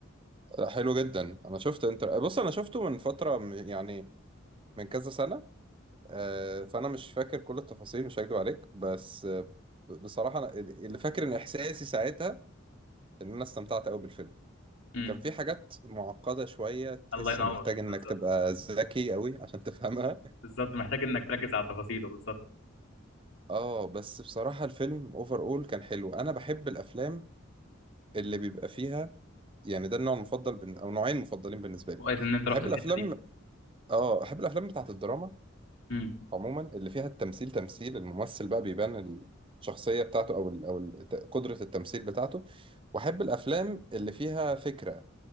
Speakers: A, on the right; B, on the left.
A: حلو جدا انا شفت انت بص انا شفته من فترة م- يعني من كذا سنة آه فانا مش فاكر كل التفاصيل مش هكدب عليك بس آه، ب- بصراحة أنا اللي فاكر ان احساسي ساعتها ان انا استمتعت قوي بالفيلم
B: مم.
A: كان في حاجات معقدة شوية تحس
B: الله ينور
A: محتاج انك
B: بالظبط
A: تبقى ذكي قوي عشان تفهمها
B: بالظبط محتاج انك تركز على تفاصيله بالظبط
A: <laughs> اه بس بصراحة الفيلم اوفر اول كان حلو انا بحب الافلام اللي بيبقى فيها يعني ده النوع المفضل بن... او نوعين مفضلين بالنسبة لي
B: كويس ان انت رحت
A: احب
B: الحته
A: الافلام
B: دي
A: اه احب الافلام بتاعت الدراما
B: امم
A: عموما اللي فيها التمثيل تمثيل الممثل بقى بيبان الشخصية بتاعته او ال... او ال- قدرة التمثيل بتاعته واحب الافلام اللي فيها فكرة